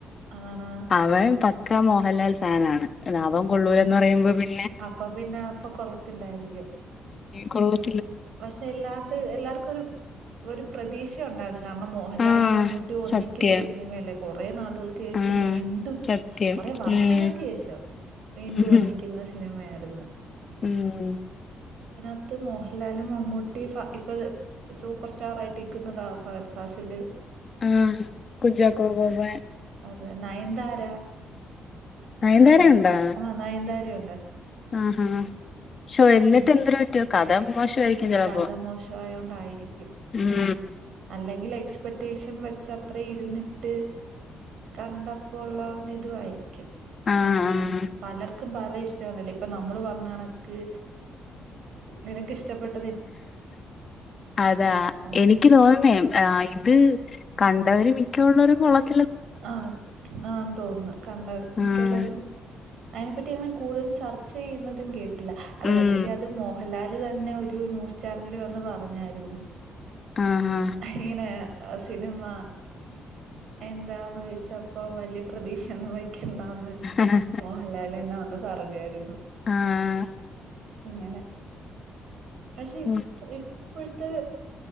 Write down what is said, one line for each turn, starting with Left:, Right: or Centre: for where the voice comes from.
Right: ആണാ?
Left: അവൻ പക്ക മോഹൻലാൽ ഫാനാണ് ഇത് അവൻ കൊള്ളുല്ലാന്ന് എന്ന് പറയുമ്പോൾ പിന്നെ
Right: അപ്പൊ പിന്നെ അപ്പൊ കൊള്ളത്തിലായിരിക്കും
Left: കൊള്ളും
Right: പക്ഷെ എല്ലാണ്ട് എല്ലാവർക്കും ഒരു ഒരു പ്രതീക്ഷ ഉണ്ടായിരുന്നു കാരണം മോഹൻലാലും
Left: ആ
Right: മമ്മൂട്ടിയും ഒന്നിക്കുന്ന
Left: സത്യം
Right: ഒരു സിനിമയല്ല കൊറേ നാൾ. ശേഷം
Left: ആ
Right: വീണ്ടും
Left: സത്യം
Right: കൊറേ വർഷങ്ങൾക്ക്
Left: ഉം
Right: ശേഷം വീണ്ടും
Left: ഉം
Right: ഒന്നിക്കുന്ന സിനിമയായി ഇന്ന്
Left: ഉം.
Right: ത്ത് മോഹല എല്ലാലും മമ്മൂട്ടി ഫ ഇപ്പ സൂപ്പർ സ്റ്റാർ ആയിട്ട് ഇക്കുന്നതാ ഫഅത് ഫാസില്.
Left: ആ കുഞ്ചാക്കോ ബോബൻ.
Right: അത് നയൻതാര
Left: നയൻതാര
Right: നയൻ
Left: ഉണ്ടോ
Right: ആ നയന്താരേം
Left: ആഹാ ശോ എന്ന്ട്ട്
Right: ഉം.
Left: എന്തര് പറ്റിയോ കഥ മോശമായിരിക്കും ചിലപ്പോ
Right: കഥ മോശമായോണ്ടായിരിക്കും.
Left: ഉം
Right: അല്ലെങ്കിൽ എക്സ്പെക്റ്റേഷൻ വെച്ചാ അത്ര ഇരുന്നിട്ട് കണ്ടപ്പോള്ളാവുന്ന ഇതുവായിരിക്കും.
Left: ആഹ് ആഹ്
Right: പലർ ക്കും പല ഇഷ്ട്ടാണല്ലോ ഇപ്പ നമ്മള് പറഞ്ഞണക്ക് നിനക്ക് ഇഷ് ഇഷ്‌ടപ്പെട്ട്
Left: അതാ
Right: അപ്പൊ
Left: എനിക്ക് തോന്നുന്നേ ആ ഇത് കണ്ടവര് മിക്ക ഉള്ളവരും കൊള്ളത്
Right: ആഹ് ആൻ തോന്നുന്നു കണ്ട മിക്കുള്ള
Left: ആഹ്
Right: ഒരു അതിനെപ്പറ്റി അങ്ങനെ കൂടുതൽ ചർച്ച ചെയ്യുന്നതും കേട് അല്ല അല്ല
Left: ഉം
Right: സത്യത്തിൽ അത് മോഹൻലാൽ ല് തന്നെ ഒരു ന്യൂസ് ചാനലില് വന്ന് പറഞ്ഞായിരുന്നു
Left: ആ ആ
Right: ഇങ്ങനെ സിനിമ എന്താ ന്ന് ചോദിച്ചപ്പോ വലിയ പ്രതീക്ഷയൊന്നും വെയ് ക്കണ്ടാന്ന്
Left: ആഹ്
Right: മോഹൻലാലെന്നെ വന്ന് പറഞ്ഞായിരുന്നു.
Left: ആഹ്
Right: ഇങ്ങനെ പക്ഷെ
Left: ഉം
Right: ഇപ്പൊ ഇപ് ഇപ്പോഴത്തെ